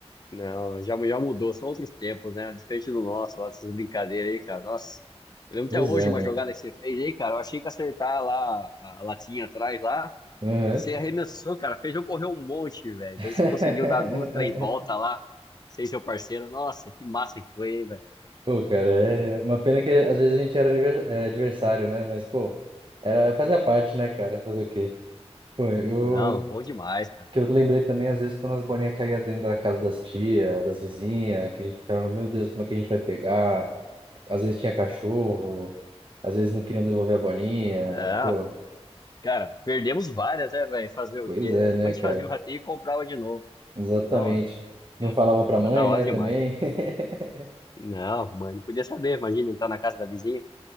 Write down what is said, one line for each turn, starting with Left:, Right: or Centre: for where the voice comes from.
Left: Não, já, já mudou, são outros tempos, né? Diferente do nosso, lá dessas brincadeiras aí, cara. Nossa, eu lembro
Right: Pois
Left: até hoje
Right: é,
Left: uma
Right: né?
Left: jogada que você fez aí, cara. Eu achei que acertar lá a latinha atrás lá.
Right: Uhum.
Left: Você arremessou, cara. Fez eu correr um monte, velho.
Right: <laughs>
Left: Daí você conseguiu dar duas, três voltas lá. Sem seu parceiro. Nossa, que massa que foi, hein, velho.
Right: Pô, cara, é uma pena que às vezes a gente era aniver- é, adversário, né? Mas, pô, era, fazia parte, né, cara? Fazer o quê? Pô, eu,
Left: Não, bom demais, cara.
Right: que eu lembrei também, às vezes, quando as bolinhas caíam dentro da casa das tias, das vizinhas, que a gente ficava, meu Deus, como é que a gente vai pegar? Às vezes tinha cachorro, às vezes não queriam devolver a bolinha.
Left: É,
Right: Pô,
Left: cara, perdemos várias, né, velho? Fazer o
Right: pois
Left: quê,
Right: é,
Left: né? Depois
Right: né,
Left: a
Right: cara?
Left: gente fazia o rateio e comprava de novo.
Right: Exatamente.
Left: Não,
Right: Não
Left: era,
Right: falava pra
Left: era
Right: mãe,
Left: da hora
Right: né,
Left: demais.
Right: também. <laughs>
Left: Não, mãe, não podia saber. Imagina entrar na casa da vizinha.